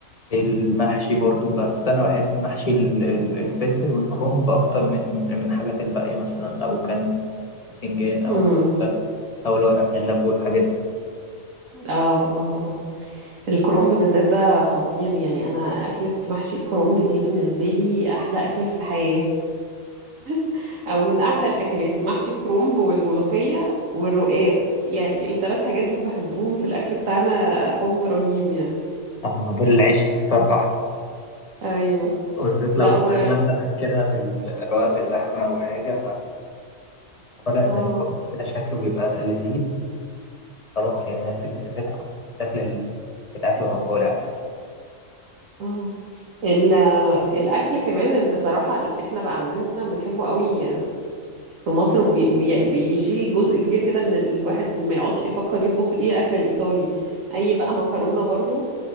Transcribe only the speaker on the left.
المحشي برضو بس انا بحب محشي ال- ال- الفلفل والكرنب اكتر من من الحاجات الباقيه مثلا لو كان باذنجان او
كوسه او الورق عنب والحاجات دي
هما دول العيش الصراحه
وبالذات
لو رواق
مثلا كده بالرواق باللحمه او حاجه فطالع
من الفرن كده شكله بيبقى لذيذ خلاص يعني نفسك بتتفتح شكل ال- الاكل وهو طالع اساسا